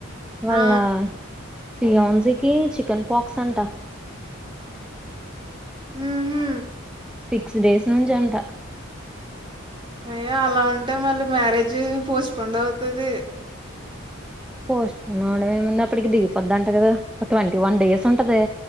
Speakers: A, in the centre; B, on the right.
A: వాళ్ల్ళ
B: ఆ!
A: ఫియోన్జీకి చికెన్ పాక్స్ అంట
B: ఉహు
A: సిక్స్ డేస్ నుంచి అంట
B: అయ్యా అలా ఉంటే మళ్ళీ మ్యారేజ్ పోస్పోండ్ అవుతుది
A: పోస్ట్ <unintelligible> ఆప్పటికి దిగిపోద్దంట కదా ఒక ట్వంటీ వన్ డేస్ ఉంటది